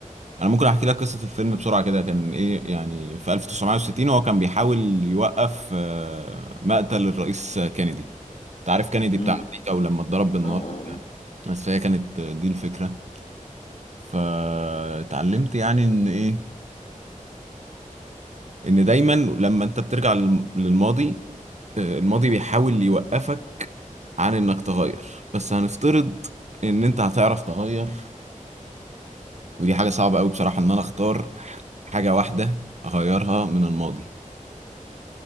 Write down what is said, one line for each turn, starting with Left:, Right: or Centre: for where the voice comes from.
Right: انا ممكن احكي لك قصة الفيلم بسرعة كده كان ايه يعني في 1960 وهو كان بيحاول يوقف آه مقتل الرئيس كينيدي انت عارف كندي بتاع
Left: امم
Right: امريكا ولما اتضرب بالنار
Left: اه اه
Right: وبتاع.
Left: اه
Right: بس فهي كانت دي الفكره فاتعلمت يعني ان ايه ان دايما لما انت بترجع للم- للماضي آه، الماضي بيحاول يوقفك عن انك تغير بس هنفترض ان انت هتعرف تغير ودي حاجه صعبه قوي بصراحه ان انا اختار ح- حاجه واحده اغيرها من الماضي